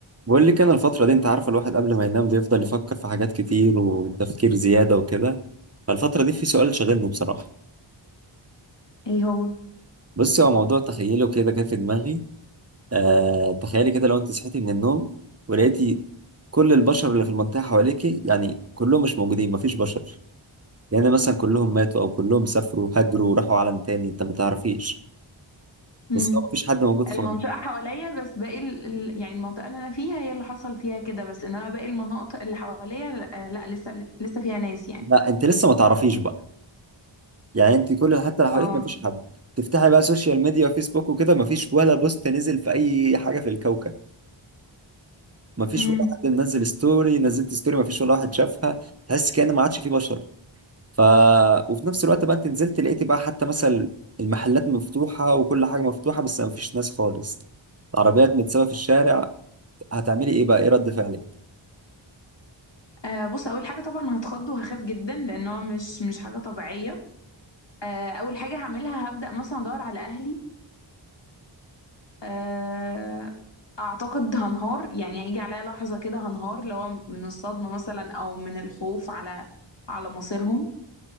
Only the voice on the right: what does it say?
بقول لك انا الفترة دي انت عارفة الواحد قبل ما ينام بيفضل يفكر في حاجات كتير وتفكير زيادة وكده فالفترة دي في سؤال شاغلني بصراحة
بصي هو موضوع تخيله كده كان في دماغي آه تخيلي كده لو انت صحيتي من النوم ولقيتي كل البشر اللي في المنطقة حواليكي يعني كلهم مش موجودين مفيش بشر يعني مثلا كلهم ماتوا او كلهم سافروا هاجروا وراحوا عالم تاني انت ما تعرفيش
بس هو مفيش حد موجود خالص
لا انت لسه ما تعرفيش بقى يعني انت كل حتى لو حواليك
مفيش حد تفتحي بقى سوشيال ميديا وفيسبوك وكده مفيش ولا بوست نزل في اي حاجه في الكوكب مفيش
ولا حد منزل ستوري نزلت ستوري مفيش ولا واحد شافها تحس كأن ما عادش فيه بشر ف وفي نفس الوقت بقى انت نزلت لقيتي بقى حتى مثلا المحلات مفتوحه وكل حاجه مفتوحه بس مفيش ناس خالص العربيات متسابه في الشارع هتعملي ايه بقى ايه رد فعلك